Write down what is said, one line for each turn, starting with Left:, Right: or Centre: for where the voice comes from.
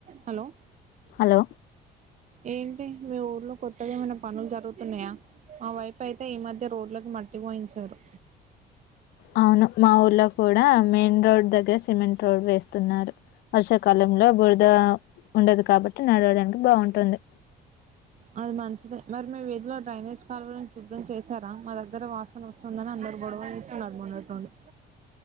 Right: హలో
Left: హలో
Right: ఏం టి మీ ఊర్లో కొత్తద ఏమైనా పనులు జరుగుతున్నాయా. మా వైపు అయితే ఈ మధ్య రోడ్లకి మట్టి పోయించారు.
Left: అవును మా ఊర్లో కూడా మెయిన్ రోడ్ దగ్గర సిమెంట్ రోడ్ వేస్తున్నారు. వర్షాకాలంలో బురద ఉండదు కాబట్టి నడవడానికి బాగుంటుంది.
Right: అది మంచిదే. మరి మేము విదిలో డ్రైనేజ్ కాలువలనీ శుభ్రం చేచారా. మా దగ్గర వాసన వస్తుందని అందరుూ గొడవ చూస్తున్నారు. మొన్నటి నుండి